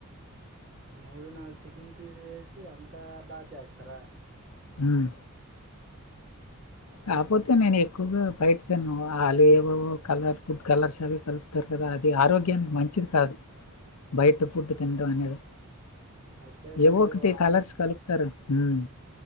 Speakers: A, on the right; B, on the left.
A: మూడు, నాలుగు చికెన్ పీసులేసి అంతా బాగా చేస్తారా
B: మ్ కాపోతే
A: మ్మ్, బా-
B: నేను ఎక్కువగా బయట తినను వాళ్ళు ఏవోవో కలర్ ఫుడ్ కలర్స్ అవి కలుపుతారు కదా అది ఆరోగ్యానికి మంచిది కాదు బయట ఫుడ్ తినడం అనేది
A: అయితే మీరు
B: ఏవో ఒకటి కలర్స్ కలుపుతారు మ్